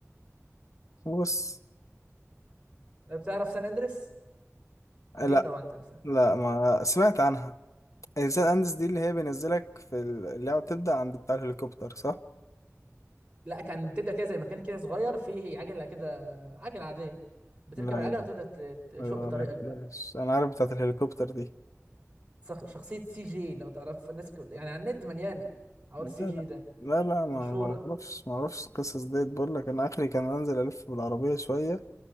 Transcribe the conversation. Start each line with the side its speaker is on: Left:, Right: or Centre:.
Left: بص
Right: بتعرف سان أندريس؟
Left: لا
Right: أكيد طبعا تعرف
Left: لا ما سمعت عنها الانسان اندس دي اللي هي بينزلك في اللعبه بتبدا عند بتاع الهليكوبتر صح
Right: لا كان بتبدا كده زي مكان كده صغير فيه عجله كده عجله عاديه بتركب
Left: لا
Right: العجله
Left: يم-
Right: وتبدا ت- تشق
Left: أيوة،
Right: طريقك
Left: ما عرفتهاش.
Right: بقى
Left: انا عارف بتاعه الهليكوبتر دي
Right: صخ- شخصيه سي جي لو تعرف الناس كل... يعني على النت مليانه حوار
Left: لا
Right: السي جي
Left: لا
Right: ده
Left: لا لا ما
Right: مشهوره
Left: ما اعرفش ما اعرفش القصص ديت بقول لك انا اخري كان انزل الف بالعربيه شويه